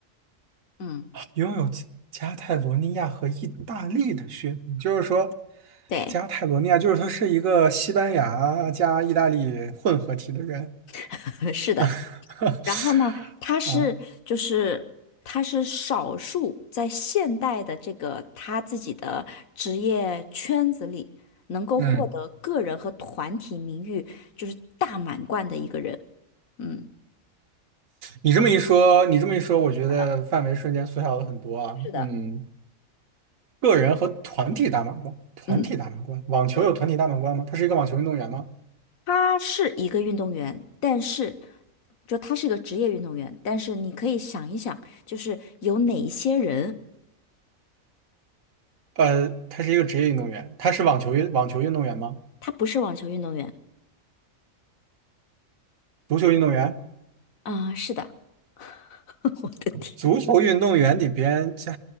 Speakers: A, on the left; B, on the right.
A: 嗯，
B: 拥有加加泰罗尼亚和意大利的血统，就是说，
A: 对，
B: 加泰罗尼亚就是说是一个西班牙加意大利混合体的人。
A: <laughs> 是的。
B: <laughs>
A: 然后呢，他是就是他是少数在现代的这个他自己的职业圈子里能够获得个人和团体名誉就是大满贯的一个人。
B: 啊，嗯，
A: 嗯，
B: 你这么一说，你这么一说，我觉得范围瞬间缩小了很多啊。
A: 来了，是的，
B: 嗯，个人和团体大满贯，团体大满贯，
A: 嗯，
B: 网球有团体大满贯吗？
A: 对，
B: 他是一个网球运动员吗？
A: 他是一个运动员，但是就他是一个职业运动员，但是你可以想一想，就是有哪一些人
B: 呃，他是一个职业运动员，他是网球运网球运动员吗？
A: 他不是网球运动员
B: 足球运动员？
A: 啊？是的，<laughs> 我的天。
B: 足球运动员里边，这